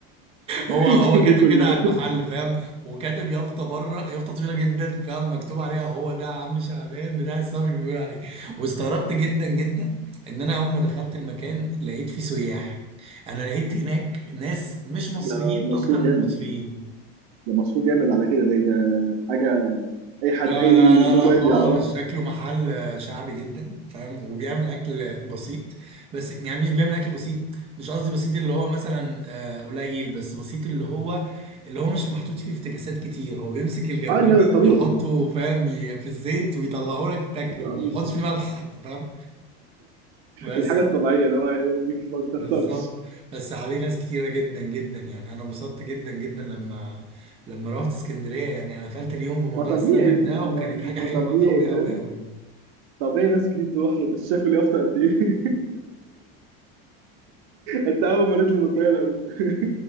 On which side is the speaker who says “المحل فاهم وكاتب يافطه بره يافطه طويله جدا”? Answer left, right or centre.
Right